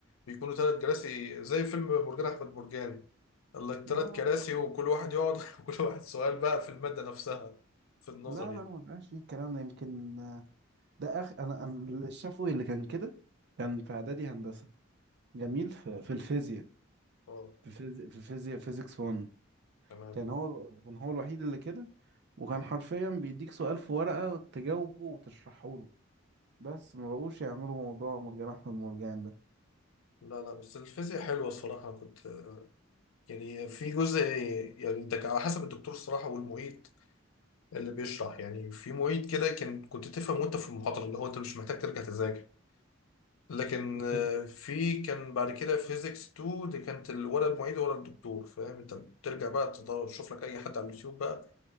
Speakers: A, on the left (about 85°); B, on the right (about 55°).
A: بيكونوا ثلاث كراسي زي فيلم مرجان احمد مرجان قال لك
B: لا
A: ثلاث
B: لا
A: كراسي وكل واحد يقعد <laughs> وكل واحد سؤال بقى في الماده نفسها في النظري
B: لا لا ما بقاش فيه الكلام ده يمكن ده اخ انا أنا الشافوي اللي كان كده كان في اعدادي هندسه جميل في, في الفيزياء
A: اه
B: في فيزياء في فيزياء فيزيكس 1
A: تمام
B: كان هو كان هو الوحيد اللي كده وكان حرفيا بيديك سؤال في ورقه تجاوبه وتشرحه له بس ما بقوش يعملوا موضوع مرجان احمد مرجان
A: لا لا بس الفيزياء حلوة الصراحة كنت يعني في جزء يعني انت على حسب الدكتور الصراحة والمعيد اللي بيشرح يعني في معيد كده كان كنت تفهم وانت في المحاضرة اللي هو انت مش محتاج ترجع تذاكر لكن
B: ده
A: آه، في كان بعد كده فيزيكس 2 دي كانت ال- ولا المعيد ولا الدكتور فاهم انت بترجع بقى تدور تشوف لك اي حد على اليوتيوب بقى